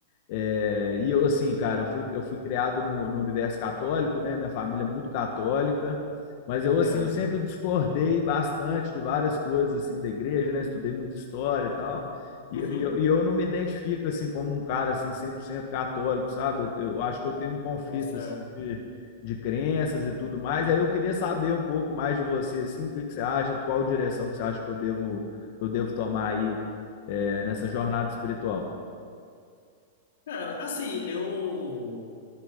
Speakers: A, on the left; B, on the left.
A: É, e eu, assim, cara, eu fui, eu fui criado no, no universo católico, né? Minha família é muito católica, mas eu,
B: Entendo.
A: assim, eu sempre discordei bastante de várias coisas, assim, da igreja, né? Estudei muita história e tal. E,
B: Uhum.
A: e eu, e eu não me identifico, assim, como um cara, assim, 100% católico, sabe? Eu, eu acho que eu tenho um conflito,
B: Nossa,
A: assim,
B: fé.
A: de, de crenças e tudo mais. Aí eu queria saber um pouco mais de você, assim, o que que você acha, qual direção que você acha que eu devo, que eu devo tomar aí, é, nessa jornada espiritual.
B: Cara, assim, eu,